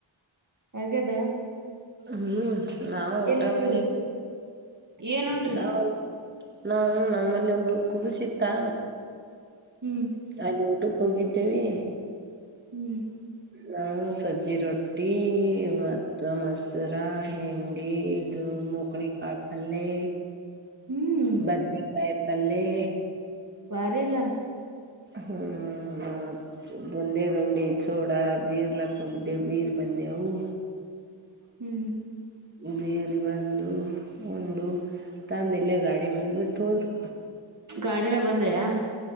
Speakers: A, on the right; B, on the right.
A: ಹಾಗದ
B: ಹ್ಮ್ ನಾವವು ಊಟ
A: ಉಣ್ರಿ
B: ಮಾಡವಿ
A: ಏನ್ ಉಣ್ರಿ
B: ನೋ <unintelligible> ನಮ್ಮಲ್ಲಿ ಒಂದು ಕೂಸಿತ್ತಾ
A: ಹ್ಮ್
B: ಅಲ್ಲಿ ಊಟಕ್ಕೆ ಹೋಗಿದ್ದೇವಿ
A: ಹ್ಮ್
B: ನಾವು ಸಜ್ಜಿ ರೊಟಿ ಮಾಡ್ದೆವು ತಮಸೂರ ಹಿಂಡಿ ತು ಮೂಕ್ಣಿ ಕಾಪಲ್ಲೆ
A: ಹ್ಮ್
B: ಬದಲನೆಕಾಯಿ ಪಲ್ಲೇ
A: ಬಾರಿಲ್ಲ
B: ಹ್ಮ್ ಬಂದೇದಂಡಿ ಚೋಡ ಬೀರ್ಲ ಕುಗ್ದೆ ಬೀರ್ ಬಂದೆವು.
A: ಹ್ಮ
B: ಬೀರ್ ಬಂದು ಉಂಡು ತಂದ್ ಇಲ್ಲೇ ಗಾಡಿ ಮ್ಯಾಲ್ ಬಿಟ್ಟು ಹೋದ್ರು.
A: ಗಾಡ್ಯ ಬಂದ್ರ್ಯಾ?